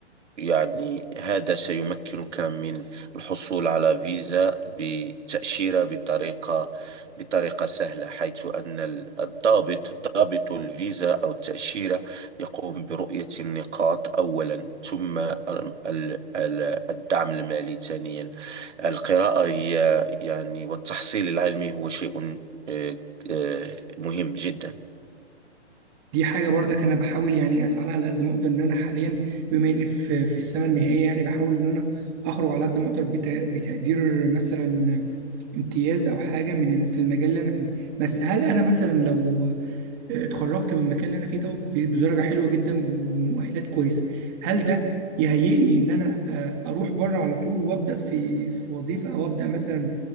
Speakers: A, on the right; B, on the right.
A: يعني هذا سيمكنك من الحصول على فيزا بتأشيرة بطريقة بطريقة سهلة حيث أن ال- الضابط ضابط الفيزا أو التأشيرة يقوم برؤية النقاط أولا ثم ال- ال- الدعم المالي ثانيا القراءة هي يعني والتحصيل العلمي هو شيء آه، آه، مهم جدا
B: دي حاجة برضك أنا بحاول يعني أسعى لها على قد ما أقدر إن أنا حاليا بما إني في في السنة النهائية يعني بحاول إن أنا أخرج على قد ما أقدر بت- بتقدير مثلا امتياز أو حاجة من ال- في المجال اللي أنا فيه بس هل أنا مثلا لو اتخرجت من المكان اللي أنا فيه ده ب- بدرجة حلوة جدا ومؤهلات كويسة هل ده يهيئني إن أنا آه، أروح بره على طول وأبدأ في في وظيفة أو أبدأ مثلا